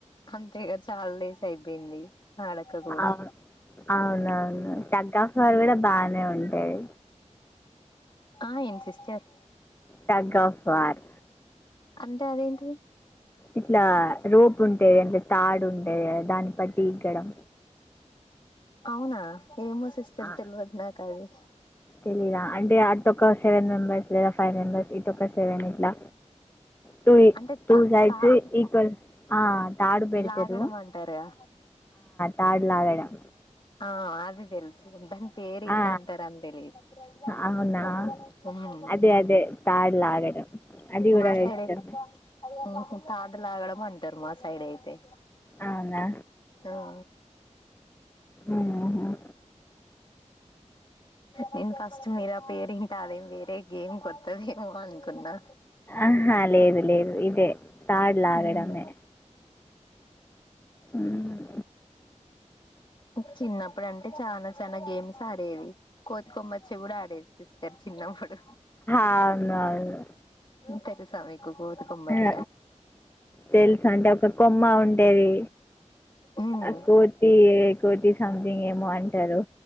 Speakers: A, on the left (about 40°); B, on the left (about 20°).
A: అంతేగా చాలా డేస్ అయిపోయింది ఆడక కూడా
B: అవును అవునవును టగ్ ఆఫ్ వార్ కూడా బానే ఉం సరే
A: ఆ ఏం సిస్టర్
B: టగ్ ఆఫ్ వార్
A: అంటే అదేంటిది
B: ఇట్లా రోపు ఉంటే అంటే తాడు ఉంటే దాన్ని బట్టి ఎక్కడం
A: అవునా ఏమో సిస్టర్
B: ఆ,
A: తెల్వదు నాకు అది
B: తెలీదా అం అది అటు ఒక సెవెన్ మెంబర్స్ లేదా ఫైవ్ మెంబర్స్ ఇటు ఒక సెవెన్ ఇ అలా టూ
A: అంటే
B: టూ
A: తా
B: సైడ్స్
A: తాడు
B: ఈక్వల్ తాడు పెడతారు
A: లాగడం అంటారుగా
B: తాడు లాగడం
A: ఆ అది దెల్సు బన్ పేరు ఇట్లా
B: ఆ,
A: అంటారన్ దెలిద్
B: అవునా
A: హ్ హ్మ
B: అదే అదే తాడు లాగడం అది కూడా
A: మా సైడై
B: ఇష్టమే
A: త్ ఉ హూ తాడులాగడం అంటారు మా సైడ్ అయితే
B: అవునా
A: ఆ
B: మ్మ్.
A: నేను ఫస్ట్ మీరా పేరింటే అదేం వేరే గేం కొత్తదేమో అనుకున్నా
B: ఆహా లేదు లేదు ఇదే తాడు లాగడమే
A: ఉమ్ ఉహ
B: మ్మ్.
A: చిన్నప్పుడు అంటే చానా చానా గేమ్స్ ఆడేది కోతి కొమ్మచ్చి కూడా ఆడేది సిస్టర్ చిన్నప్పుడు
B: అవును అవును
A: ఇంత రీస్ సమేగ్ కో కోతి కొమ్మోచ్
B: అ తెలుసుా అంటే ఒక కొమ్మ ఉంటేది
A: ఉమ్
B: ఆ కోతి ఏ కోతి స్ సంథింగ్ ఏమో అంటరు